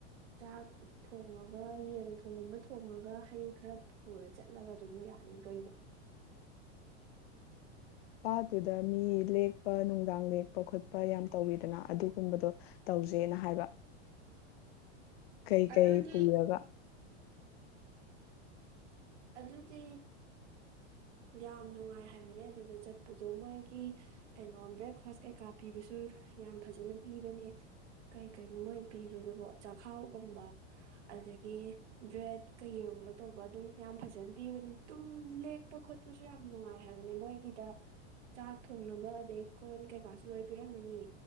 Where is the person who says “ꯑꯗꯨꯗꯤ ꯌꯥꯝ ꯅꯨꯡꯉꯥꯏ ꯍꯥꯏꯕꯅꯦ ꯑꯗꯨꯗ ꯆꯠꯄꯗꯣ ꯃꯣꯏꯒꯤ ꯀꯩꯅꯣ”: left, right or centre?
Right